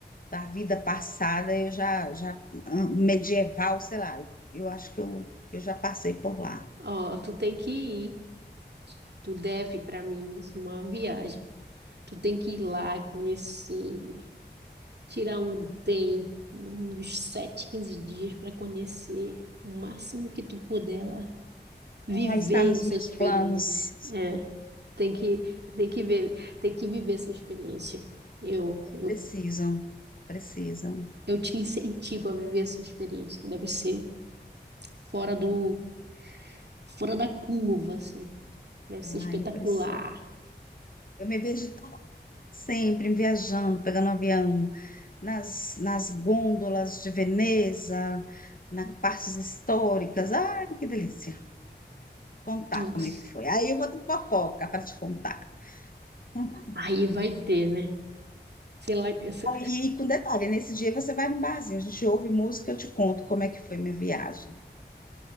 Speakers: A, on the left; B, on the right.
A: da vida passada, eu já, já hum, medieval, sei lá, eu, eu acho que eu, que eu já passei por lá.
B: Ó, tu tem que ir, tu deve para mim isso, uma viagem. Tu tem que ir lá, conhecer, tirar um tempo, uns 7, 15 dias para conhecer o máximo que tu puder lá. Viver
A: Ah, está nos
B: essa
A: meus
B: experiência.
A: planos.
B: É, tem que, tem que ver, tem que viver essa experiência. Eu, eu,
A: Precisam, precisam.
B: eu te incentivo a viver essa experiência, que deve ser fora do, fora da curva, assim. Deve ser
A: Ah,
B: espetacular.
A: eu preciso. Eu me vejo sempre viajando, pegando um avião, nas, nas gôndolas de Veneza, nas partes históricas. Ai, que delícia. Contar
B: Nossa.
A: como é que foi. Aí eu vou ter fofoca para te contar. Cara,
B: Aí vai ter, né? sei lá, essa-
A: E, e com detalhe, nesse dia você vai num barzinho, a gente ouve música, eu te conto como é que foi minha viagem.